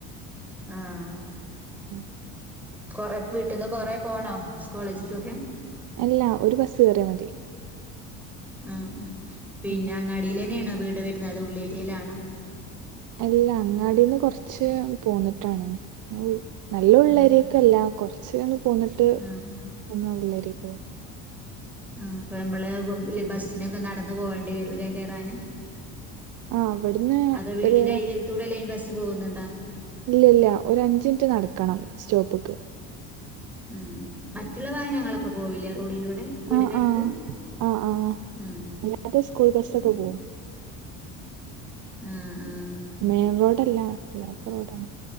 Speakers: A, in the centre; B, on the right.
A: ആഹ്
B: ഉം <inaudible>
A: കൊറ വീട്ടിൽന്ന് കൊറ പോണോ സ്കളേജിക്കൊക്കെ
B: അല്ല ഒരു ബസ്സ് കേറിയ മതി
A: ആഹ് പിന്നെ
B: ഉം.
A: അങ്ങാടിൽ തന്നെയാണോ വീട് വരുന്നത് അതൊ ഉള്ളേരിയയിലാണോ
B: അല്ല അങ്ങാടിന്ന് കൊറച്ച് പോന്നിട്ടാണ് നല്ല ഉള്ളരിയെക്കല്ല
A: ആഹ്
B: കുറച്ചന്ന് പോന്നിട്ട്
A: ആഹ്
B: ഒന്ന് ഉള്ളരിക് വരും
A: ആ അപ്പൊ നമ്മള് ബസ്സിനൊക്കെ നടന്ന് പോകേണ്ടി വരൂലെ കേറാന്
B: ആഹ് ഇവിടുന്ന്
A: അതോ വീടിന്റ
B: ഒരു
A: അയൽക്കത്തുകൂടെ ലൈൻ ബസ്സ് പോകുന്നുണ്ടോ
B: ഇല്ല ഇല്ല ഒരു അഞ്ചിനിറ്റ് നടക്കണം സ്റ്റോപ്പ്ക്ക്
A: ഉം മറ്റുള്ള വാഹനങ്ങളൊക്കെ പോവില്ലേ റോഡിലൂടെ വീടിനടുത്ത്
B: ആഹ് ആഹ് ആഹ് ആഹ് അ
A: ഉം
B: അല്ലാത്ത സ്കൂൾ ബസ്സൊക്കെ
A: ഉം
B: പോവും
A: ആഹ് ആഹ്
B: മെയിൻ റോഡല്ല അല്ലാത്ത റോഡാണ്